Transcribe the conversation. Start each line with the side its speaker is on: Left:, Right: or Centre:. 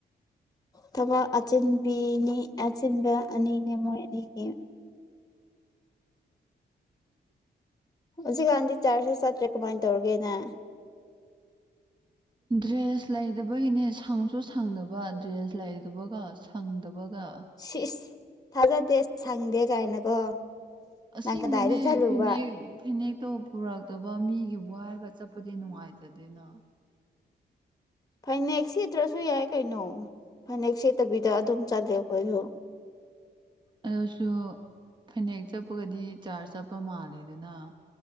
Left: ꯊꯕꯥ ꯑꯆꯤꯟꯕꯤꯅꯤ ꯑꯆꯤꯟꯕ ꯑꯅꯤꯅꯦ ꯃꯣꯏꯅꯤꯒꯤ
Right: <inaudible>
Left: ꯍꯧꯖꯤꯛꯀꯥꯟꯗꯤ ꯆꯥꯔꯖꯁꯨ ꯆꯠꯇ꯭ꯔꯦ ꯀꯃꯥꯏꯅ ꯇꯧꯔꯒꯦꯅꯦ
Right: ꯗ꯭ꯔꯦꯁ ꯂꯩꯗꯕꯒꯤꯅꯦ ꯁꯪꯁꯨ ꯁꯪꯗꯕ ꯗ꯭ꯔꯦꯁ ꯂꯩꯗꯕꯒ ꯁꯪꯗꯕꯒ
Left: ꯁꯤꯁ ꯊꯥꯖꯗꯦ ꯁꯪꯗꯦ ꯀꯥꯏꯅꯀꯣ
Right: ꯑꯁꯦꯡꯕꯅꯦ
Left: ꯅꯪ ꯀꯗꯥꯏꯗ ꯆꯠꯂꯨꯕ
Right: ꯐꯅꯦꯛ ꯐꯅꯦꯛꯇꯣ ꯄꯨꯔꯛꯇꯕ ꯃꯤꯒꯤ ꯋꯥ ꯆꯄꯗꯤꯅꯅꯨꯡꯥꯏꯇꯗꯅ
Left: ꯐꯥꯏꯅꯦꯛꯁ ꯁꯤꯗ꯭ꯔꯁꯨ ꯌꯥꯏ ꯀꯩꯅꯣ ꯐꯅꯦꯛ ꯁꯦꯠꯇꯕꯤꯗ ꯑꯗꯨꯝ ꯆꯠꯂꯦ ꯑꯩꯣꯁꯨꯣ
Right: ꯑꯗꯨꯁꯨ ꯐꯅꯦꯛ ꯆꯠꯄꯒꯗꯤ ꯆꯥꯔꯖ ꯆꯠꯄ ꯃꯥꯜꯂꯦꯗꯅ